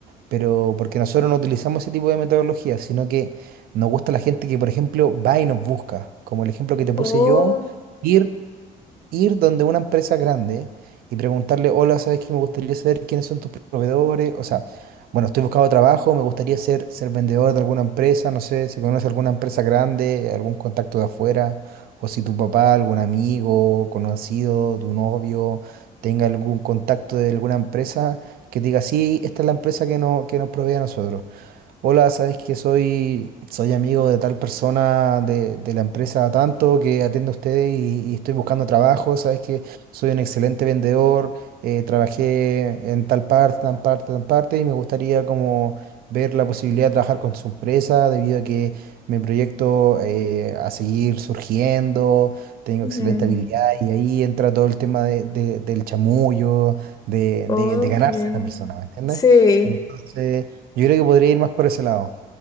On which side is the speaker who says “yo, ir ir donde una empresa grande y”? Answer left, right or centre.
Right